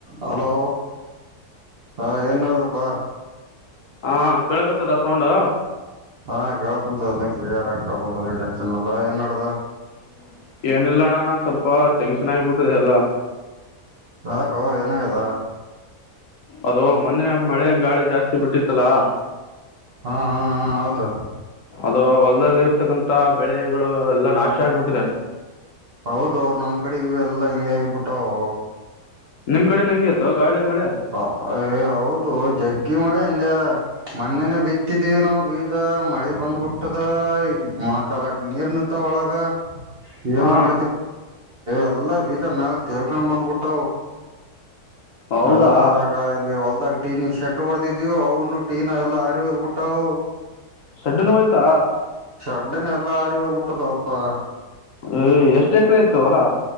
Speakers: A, on the right; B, on the left.
A: Hello ಹಾ ಏನ್ ನಡದಪ್ಪಾ
B: ಹಾಂ ಕೇಳಕತ್ತದ ಸೌಂಡು
A: ಹಾ ಕೇಕೊಂತ ಎಲ್ಲ ಕ್ಲಿಯರ್ಗಿ ಕೇಕೊಂತ ಏನ್ ಟೆನ್ಷನ್ ಎಲ್ಲ ಏನ್ ನಡದದ
B: <unintelligible> ಏನಿಲ್ಲ ಅಣ್ಣ ಸ್ವಲ್ಪ ಟೆನ್ಷನ್ ಆಗಿಬಿಟ್ಟಿದೆ ಎಲ್ಲಾ
A: <unintelligible> ಏನಾಗದ
B: ಅದು ಮೊನ್ನೆ ಮಳೆ ಗಾಳಿ ಜಾಸ್ತಿ ಬಿಟ್ಟಿರ್ತಲಾ
A: ಹಾ ಹಾ ಹಾ ಹೌದು
B: ಅದು ಹೊಲ್ದಲ್ಲಿ ಇರ್ತಕ್ಕಂತಥ ಬೆಳೆಗಳು ಎಲ್ಲಾ ನಾಶ ಆಗ್ಬಿಟ್ಟಿದೆ
A: ಹೌದು ನಮ್ ಕಡೆಗೆ ಎಲ್ಲ ಹಿಂಗ ಆಗಬಿಟ್ಟಾವ
B: ನಿಮ್ ಕಡೆ ಹೆಂಗಿತ್ತು ಗಾಳಿ ಮಳೆ
A: ಹ ಏ ಹೌದು ಜಗ್ಗಿ ಮಳಿ ಅಂದೆ ಮೊನ್ನೆನೆ ಬಿತ್ತಿದೀವಿ ನಾವು ಬೀಜ ಮಳಿ ಬಂದ್ಬಿಟ್ಟದ ಈ ಮೊಣಕಾಲಕ್ ನೀರ್ಂತ ಒಳಗ ಎನ್
B: ಹಾಂ
A: ಮಾಡ್ ಎಲ್ಲ ಬೀಜಾ ಮ್ಯಾಲ ತೇಳ್ಕೊಂಡ್ ಬಂದ್ಬಿಟ್ಟ
B: ಹೌದಾ
A: ಅದ್ರದ್ದೆಲ್ಲಾ ಇಲ್ಲಿ ಹೊಲ್ದದಾಗ ಟೀನ ಶರ್ಡ್ ಹೊಡದಿದವು ಅವುನು ಟೀ ನ ಎಲ್ಲ ಹಾರಿ ಹೋಗಬಿಟ್ಟವು
B: ಸಡ್ಡು ಹೋಯ್ತಾ
A: ಶಡ್ಡಿನ ಎಲ್ಲಾ ಹಾರಿಹೋಗಿಬಟ್ಟು ದೋಪಾ
B: ಏ ಎಷ್ಟ್ ಎಕರೆ ಇತ್ತು ಹೋಲಾ